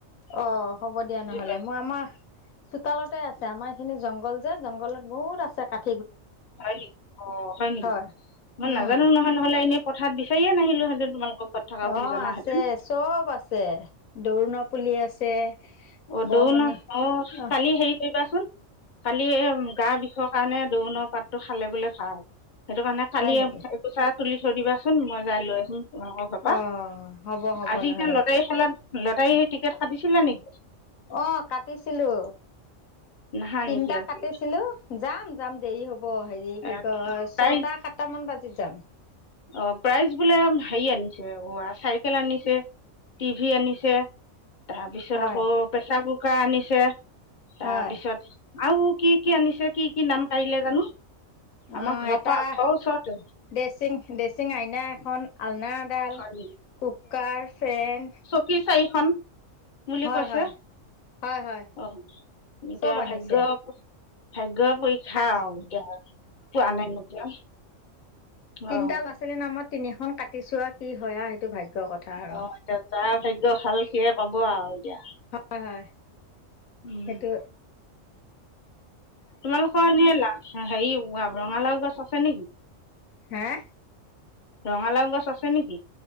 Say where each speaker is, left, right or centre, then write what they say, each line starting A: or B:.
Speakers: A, on the left; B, on the left.
A: অঁ হ'ব দিয়া
B: বুজি
A: নহলে
B: পাইছা?
A: মই আমাৰ। চোতালতে আছে আমাৰ এইখিনি জংঘল যে জংঘলত বহুত আছে কাঠ।
B: হয়ঁ নি অঁ হয়ঁ নেকি
A: হয়।
B: মই
A: উম,
B: নাজানো নহয় নহলে এনে। কথাত বিচাৰীয়ে নাহীলো হেঁতেন তোমালোক ঘৰত। থকা বুলি
A: অঁ
B: জনাহেঁতেন
A: আছে চব আছে দৰুোণ পুলি আছে।
B: অঁ
A: বৰমণি
B: দৌন অঁ
A: অ',
B: কালি হেৰি কৰিবাচোন। কালি এ গা বিষৰ কাৰণে দৌনৰ পাতটো খালে বোলে ভাল। সেইটো কাৰণে কালি
A: হয় নেকি
B: একোচ তুলি থৈ দিবাচোন মই যাই লৈ আহিম তোমালোকৰ ঘৰ পৰা।
A: অ হ'ব হ'ব
B: আজি
A: নহ'লে
B: এতিয়া লটাৰী খেলাত লটাৰী টিকেট কাটিছিলে নেকি?
A: অ', কাটিছিলো
B: নাহা
A: তিনিটা
B: নেকি আজি
A: কাটিছিলো যাম যাম দেৰি হ'ব। হ'ব হেৰি
B: এ,
A: কি কয়
B: প্ৰাইজ
A: ছটা সাতটা মান বাজিত যাম।
B: অ', প্ৰাইজ বোলে হেৰি ঔৱা আনিছে চাইকেল আনিছে। টিভি আনিছে। তাৰপিছত
A: হয়
B: আকৌ প্ৰেচাৰ কুকাৰ আনিছে তাৰপিছত
A: হয়
B: আৰু কি কি আনিছে কি কি নাম কঢ়িলে জানো
A: অ
B: আমাৰ ঘৰৰ
A: এটা
B: পৰা ঘৰৰ ওচৰতে।
A: ড্ৰেচিং ড্ৰেচিং, আইনা এখন, আলনা এডাল,
B: হয়
A: কুকাৰ, ফেন।
B: কি চাৰিখন বুলি
A: হয়
B: কৈছে।
A: হয় হয় হয়
B: অ', এতিয়া
A: চব আনিছে
B: ভাগ্য ভাগ্যয়ে পৰীক্ষা
A: কাট
B: আৰু এতিয়া পোৱা নে নোপোৱা।
A: তিনটা
B: অ
A: ল'ৰা ছোৱালীৰ নামত তিনিখন কাটিছো আৰু কি হয় আৰু সেইটো ভাগ্যৰ কথা আৰু।
B: অ এতিয়া যাৰ ভাগ্যৰ ভাল সিয়ে পাব আৰু এতিয়া।
A: হয়, হয়,
B: উম
A: সেটো।
B: তোমালোকৰ এনে লাও হেৰি ৰঙালাও গছ আছে নেকি?
A: হে?
B: ৰঙালাও গছ আছে নেকি?